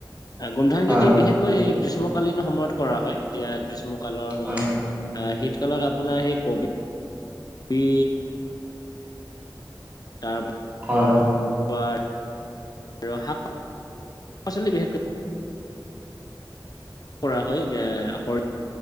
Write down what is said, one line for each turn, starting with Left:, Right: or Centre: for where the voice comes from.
Left: গোমধান
Right: হয়
Left: খেতি বিশেষ কৈ সেই গ্ৰীষ্মকালীন সময়ত কৰা হয় এতিয়া গ্ৰীষ্মকালৰ সময়ত।
Right: হয়
Left: অ শীতকালত আপোনাৰ সেই কবি বি তাৰ
Right: হয়।
Left: পঠ ৰহা পাচলি বিশেষকৈ কৰা হয় এ